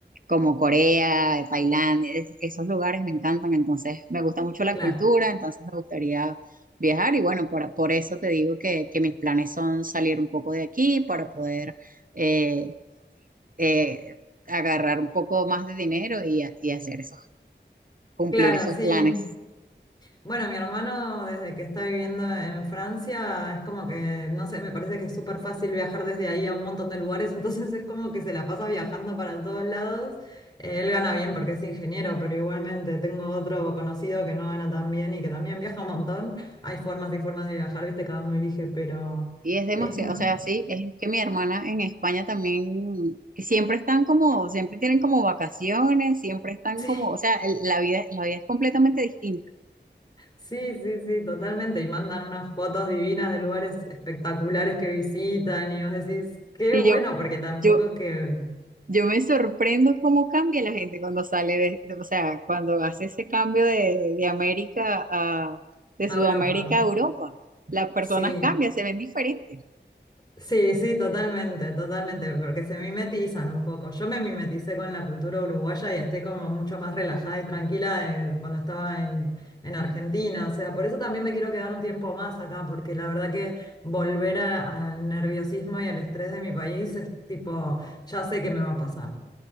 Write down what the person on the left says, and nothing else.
claro,
claro,
sí.
Bueno, mi hermano desde que está viviendo en Francia es como que, no sé, me parece que es súper fácil viajar desde ahí a un montón de lugares, <laughs> entonces es como que se la pasa viajando para todos lados. Eh, Él gana bien porque es ingeniero, pero igualmente tengo otro conocido que no gana tan bien y que también viaja un montón. Hay formas y formas de viajar, viste, cada uno elige, pero
es... mu-
<laughs>
Sí,
sí, sí, sí, totalmente. Y mandan unas fotos divinas de lugares espectaculares que visitan y vos decís, qué
bueno,
porque tampoco
es que...
A
Europa,
sí,
sí, sí, totalmente, totalmente, porque se mimetizan un poco. Yo me mimeticé con la cultura uruguaya y estoy como mucho más relajada y tranquila de cuando estaba en, en Argentina, o sea, por eso también me quiero quedar un tiempo más acá, porque la verdad que volver a- al nerviosismo y al estrés de mi país es tipo, ya sé que me va a pasar.